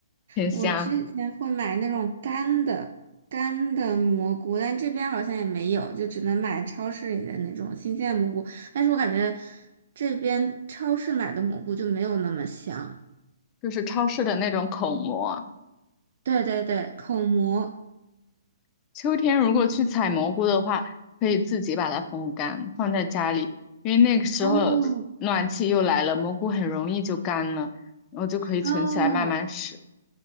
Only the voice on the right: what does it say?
我之前会买那种干的干的蘑菇，但这边好像也没有，就只能买超市里的那种新鲜蘑菇。但是我感觉这边超市买的蘑菇就没有那么香。
对对对，口蘑。
哦
哦，